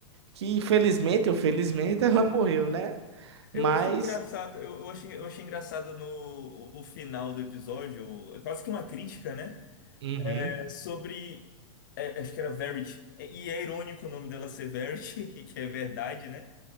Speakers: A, on the right; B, on the left.
A: que, infelizmente ou felizmente, <laughs> ela morreu, né? Mas.
B: Eu achei engraçado, eu, eu achei, eu achei engraçado no o final do episódio, é quase que uma crítica, né?
A: Uhum.
B: sobre. é, acho que era Verity. E é irônico o nome dela ser Verity, <laughs> que é verdade, né?